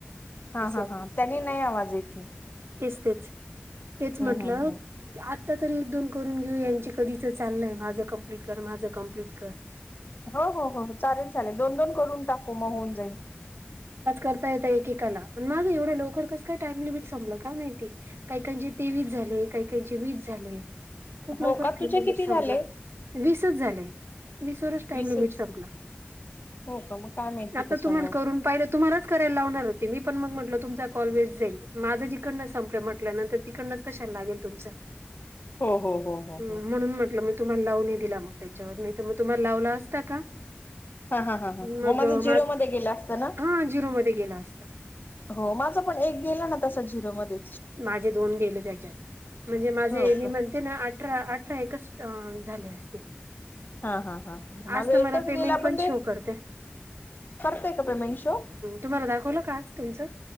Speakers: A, on the left; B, on the right.
A: हा
B: असं
A: हा
B: होतं.
A: हा त्यांनी नाय आवाज येत हे
B: तेच तेच तेच म्हटलं
A: हम्म हम्
B: आत्ता तरी एक दोन करून घेऊ यांचे कधीच चाललंय माझं कंप्लिट कर माझं कंप्लीट कर
A: हो हो हो चालेल चालेल दोन दोन करून टाकू म होऊन जाईल.
B: आज करता येत एकेकाला पण माझं एवढं लवकर कस काय टाइम लिमिट संपलं काय माहिती. कायकांचे तेवीस झाले कायकांचे वीस झाले खूप
A: हो
B: लवकर
A: का
B: टाइम
A: तुझे
B: लिमिट
A: किती
B: संपला.
A: झाले
B: वीसच झाले. वीस वरचं टाइम
A: वीसच
B: लिमिट सपला
A: हो का मग काय माहिती
B: आता
A: कशामुळे
B: तुम्हाला करून पाहिल तुम्हालाच करायला लावणार होत ते मी पण मंग म्हटलं तुमचा कॉल वेस्ट जाईल माझंचं इकडनच संपलं म्हटल्यानंतर तिकडनंच कशाला लागेल तुमचां
A: हो हो हो हो
B: हम्
A: हो
B: म्हणून म्हंटलं मी तुम्हाला लावू ना दिला मग त्याच्यावर नायतर मग तुम्हाला लावला असता का
A: हा हा हा हा
B: मग
A: म माझं
B: अ,
A: झिरो मध्ये गेलं असत ना
B: हा झिरो मध्ये गेला असता
A: हो माझं पण एक गेलं ना तस झिरोमध्ये
B: माझे दोन गेले त्याच्यात म्हणजे माझे
A: हो
B: मी
A: का
B: म्हण ते ना अठरा अठरा एकच अ झाले असते.
A: हा हा हा हा माझं
B: आज तर
A: एकच
B: मला पेमेंट
A: गेला पण ते
B: शो करते
A: करतय का पेमेंट शो
B: तुम्हाला दाखवलं का आज तुमचं